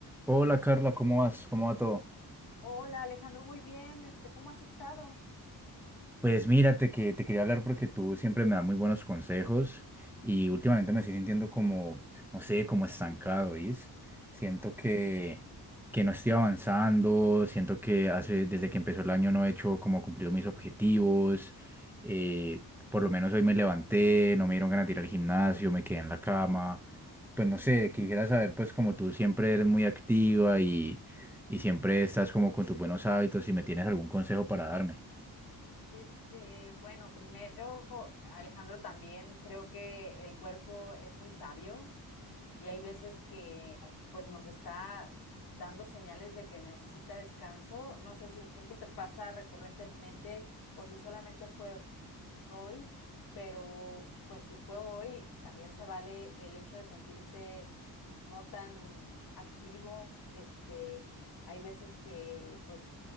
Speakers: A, in the centre; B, on the left.
A: Hola Carla, ¿cómo vas? ¿Cómo va todo?
B: Hola Alejandro, muy bien. Este, ¿cómo has estado?
A: Pues mírate que te quería hablar porque tú siempre me das muy buenos consejos y últimamente me estoy sintiendo como, no sé, como estancado, ¿viste? Siento
B: Ajá,
A: que, que no estoy avanzando, siento que hace, desde que empezó el año no he hecho como cumplido mis objetivos, eh, por lo menos hoy me levanté, no me dieron ganas de ir al gimnasio, me quedé en la cama, Pues
B: ujú.
A: no sé, quisiera saber, pues como tú siempre eres muy activa y, y siempre estás como con tus buenos hábitos, si me tienes algún consejo para darme.
B: Este, bueno, primero, Alejandro, también creo que el cuerpo es muy sabio y hay veces que pues nos está dando señales de que necesita descanso. No sé si esto te pasa recurrentemente o si solamente fue hoy, pero pues si fue hoy, también se vale el hecho de sentirse no tan activo. Este, hay veces que, pues,